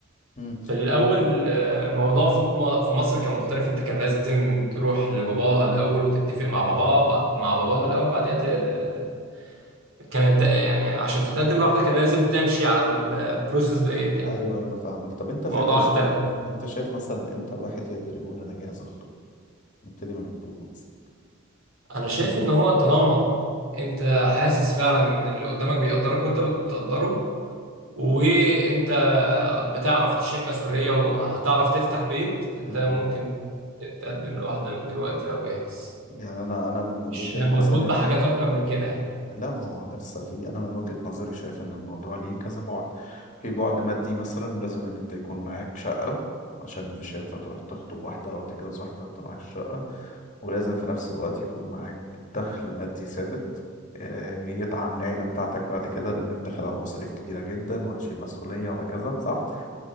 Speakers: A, on the left; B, on the right.
A: مم.
B: في الأول آه، الموضوع في م- في مصر كان مختلف أنت كان لازم تروح لباباها الأول وتتفق مع باباها ب- مع باباها الأول بعدين ت- كانت يعني عشان تتقدم لوحدك كان لازم تمشي على البروسيس ديت يعني
A: أيوه أيوة، أنا فاهمك طب أنت فاكر
B: الموضوع اختلف
A: أنت شايف مثلا إمتى الواحد يقدر يقول أنا جاهز أخطب؟ نبتدي من الخطوبة مثلا
B: أنا شايف إن هو طالما أنت حاسس فعلا إن اللي قدامك بيقدرك وأنت بتقدره وأنت بتعرف تشيل مسؤولية وهتعرف تفتح بيت أنت
A: امم
B: ممكن تتقدم لواحدة من دلوقتي لو جاهز
A: يعني أنا أنا من
B: مش
A: وجهة
B: مربوط
A: نظري
B: بحاجات أكتر من كده يعني.
A: لا ما هو لسه في أنا من وجهة نظري شايف إن الموضوع ليه كذا بعد في بعد مادي مثلا لازم إن أنت يكون معاك شقة عشان مش هينفع تروح تخطب واحدة أو تتجوز واحدة وأنت معاك شقة ولازم في نفس الوقت يكون معاك دخل مادي ثابت آه، يدعم العيلة بتاعتك بعد كده لأنك داخل على مصاريف كتيرة جدا وهتشيل مسؤولية وهكذا صح؟